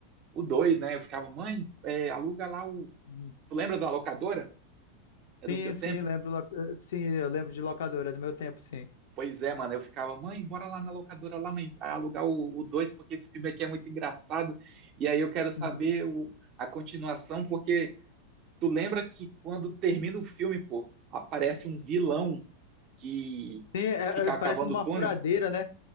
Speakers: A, on the right (about 35°); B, on the left (about 60°).
A: o dois né? Eu ficava, mãe, é, aluga lá o
B: uhum.
A: Tu lembra da locadora? É do
B: Sim,
A: teu
B: sim,
A: tempo?
B: lembro. lo- eh, Sim, eu lembro de locadora é do meu tempo, sim.
A: Pois é, mano. Eu ficava, mãe, bora lá na locadora, lá, mãe, pra alugar o 2 porque esse filme aqui é muito engraçado. E aí eu quero saber
B: Uhum.
A: o- a continuação, porque tu lembra que quando termina o filme, pô, aparece um vilão que,
B: Sim, é,
A: que fica
B: é, parece
A: cavando
B: numa
A: o túnel?
B: furadeira, né?